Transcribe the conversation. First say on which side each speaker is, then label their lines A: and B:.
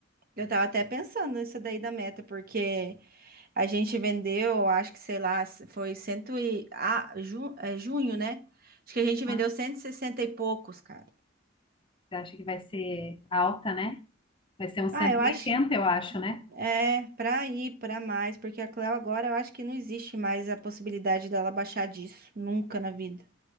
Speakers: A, on the right (about 50°); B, on the left (about 25°).
A: eu tava até pensando nisso daí da meta, porque a gente vendeu, acho que sei lá, foi cento e ah, ju, é, junho, né? Acho que a gente
B: né?
A: vendeu 160 e sessenta e poucos, cara.
B: Você acha que vai ser alta, né? Vai ser uns
A: Ah,
B: cento
A: eu
B: e
A: acho
B: oitenta, eu acho, né?
A: é pra ir pra mais, porque a Cleo agora eu acho que não existe mais a possibilidade dela baixar disso, nunca na vida.